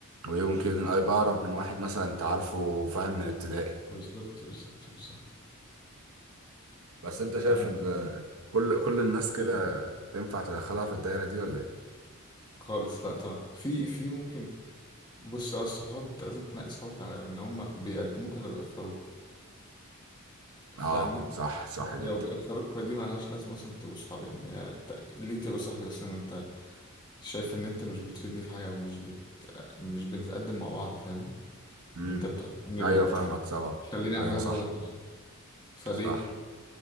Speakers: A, on the right; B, on the left.
A: ويمكن هيبقى أقرب من واحد مثلا أنت عارفه فاهم من ابتدائي
B: بالظبط بالظبط بالظبط
A: بس أنت
B: انت
A: شايف
B: عندك
A: إن كل كل الناس كده
B: خبرة
A: تنفع تدخلها في الدايرة دي ولا إيه؟
B: خالص لا طبعا في في ممكن بص يا الصحاب انت لازم تنقي صحابك على ان هم بيقدموك ولا بيأخروك فاهمني
A: أه صح صح
B: انت
A: جدا
B: لو بيأثروك فدي ملهاش لازمة اصلا تبقوا صحاب يعني يا انت ليه تبقى صاحبي اصلا وانت شايف ان انت مش بتفيدني في حاجة او مش بت... مش بنتقدم مع بعض فاهمني
A: امم
B: انت بتأثرني
A: أيوه
B: وبتخليني
A: فاهمك طبعا
B: اعمل
A: أيوه
B: حاجات
A: صح
B: غلط اصلا فليه
A: صح